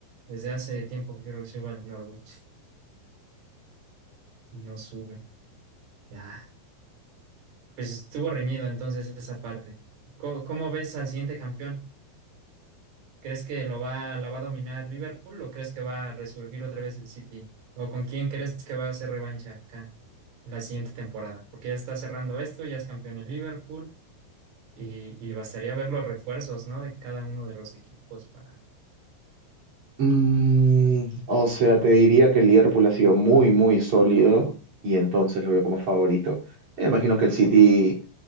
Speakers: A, on the right; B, on the right.
A: Desde hace tiempo que quiero que suba el Norwich y no sube. Ya, pues estuvo reñido entonces esa parte. ¿Cómo, cómo ves al siguiente campeón? ¿Crees que lo va, la va a dominar Liverpool o crees que va a resurgir otra vez el City? ¿O con quién crees que va a hacer revancha acá la siguiente temporada? Porque ya está cerrando esto, ya es campeón el Liverpool y, y bastaría ver los refuerzos, ¿no? De cada uno de los equipos para...
B: Mm, o sea, te diría que el Liverpool ha sido muy, muy sólido y entonces lo veo como favorito. Me imagino que el City,